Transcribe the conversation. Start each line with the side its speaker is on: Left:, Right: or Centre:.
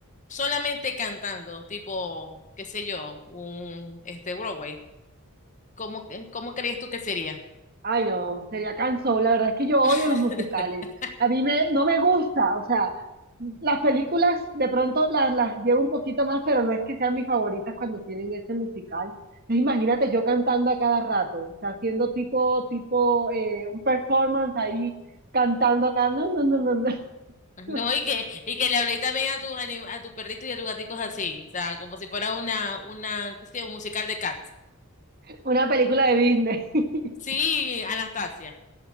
Left: solamente cantando, tipo, qué sé yo, un, este, Broadway. ¿Cómo, cómo crees tú que sería?
Right: Ay, no, sería cansón. La verdad es que yo odio
Left: <laughs>
Right: los musicales. A mí me, no me gusta. O sea, las películas de pronto las, las llevo un poquito más, pero no es que sean mis favoritas cuando tienen ese musical. Entonces, imagínate yo cantando a cada rato, o sea, haciendo tipo, tipo, eh, un performance ahí, cantando acá. No, no, no, no, no.
Left: No,
Right: <laughs>
Left: y que, y que le hablé también a tus anim- a tus perritos y a tus gaticos así, o sea, como si fuera una, una, qué sé yo, un musical de Cats.
Right: Una película de Disney. <laughs>
Left: Sí, Anastasia.